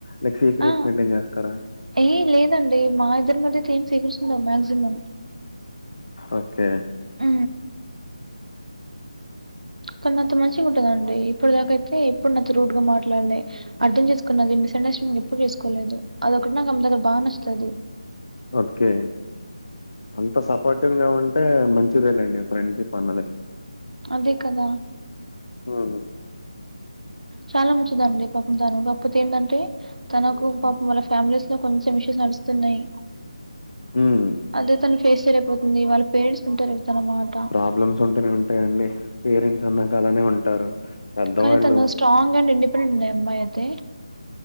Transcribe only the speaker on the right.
ఆ
ఏ లేదండి మా ఇద్దరి మధ్యతే ఏం సీక్రస్ ఉండవు మాక్సిమం
ఊ కొన్నాత్తో మంచిగుంటందండి ఇప్పుడు దాకైతే ఎప్పుడ్ నాకి రూడ్ గా మాట్లాడలే అర్థం చేసుకున్నది మిస్ అండర్స్టాంగ్ ఎప్పుడు చేసుకోలేదు అదొకట్ నాక్ అమ్ దగ్గర బా నచ్చుతది
అదే కదా
చాలా మంచిదండి పాపం తను కాక్ పోతే ఏందంటే తనకు పాపం వాళ్ల ఫ్యామిలీస్ లో కొంచెం ఇషూస్ నడుస్తున్నయ్
అదే తను ఫేస్ చేయలేకపోతుంది వాళ్ళ పేరెంట్స్ వింటాలేర్ తన మాట
కానీ తన స్ట్రాంగ్ అండ్ ఇండిపెండెంట్ ఉన్ అమ్మాయి అయితే